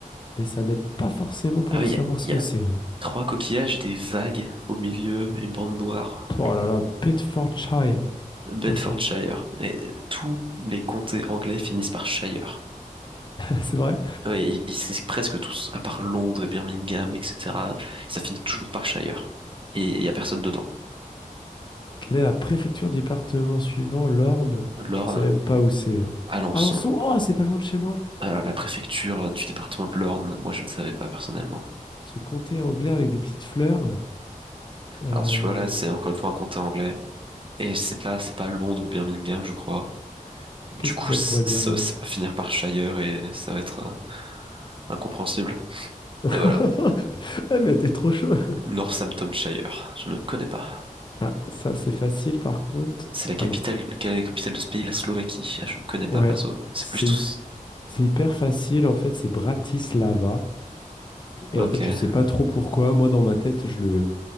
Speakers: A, on the left (about 35°); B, on the right (about 40°).
A: mais ça m'aide pas forcément pour
B: Ah oui,
A: savoir
B: il y a,
A: ce
B: il
A: que
B: y a
A: c'est. hein.
B: trois coquillages, des vagues au milieu, et une bande noire.
A: Oh là là, Bedfordshire.
B: Bedfordshire.
A: Putain, c'est
B: Et tous les comtés anglais finissent par Shire.
A: <laughs> c'est vrai?
B: Oui, ils- c'est presque tous, à part Londres et Birmingham, etc. Ça finit toujours par Shire. Et il y a personne dedans.
A: Quelle est la préfecture du département suivant, l'Orne?
B: l'Orne,
A: Je ne sais même pas où c'est. hein.
B: Alençon.
A: Alençon, oh, c'est pas loin de chez moi.
B: Alors, la préfecture du département de l'Orne, moi, je ne savais pas personnellement.
A: Ce comté anglais avec des petites fleurs. Euh,
B: Alors, tu vois, là, c'est encore une fois un comté anglais. Et c'est pas, c'est pas Londres ou Birmingham, je crois. Du
A: qu'est-ce
B: coup,
A: que ça
B: c-
A: pourrait bien
B: ça,
A: être?
B: ça va finir par Shire et ça va être euh, incompréhensible.
A: <laughs>
B: Et voilà.
A: Eh, mais t'es trop chaud.
B: Northamptonshire. Je ne connais pas.
A: Ah, ça, c'est facile, par contre.
B: C'est la capitale,
A: Ah non.
B: quelle est la capitale de ce pays? La Slovaquie. Ah, Je ne connais pas,
A: Ouais,
B: perso. C'est
A: c'est
B: plus tous.
A: hy- c'est hyper facile. En fait, c'est Bratislava. Et
B: Ok.
A: en fait,
B: Eh
A: je sais pas trop pourquoi. Moi, dans ma tête, je le,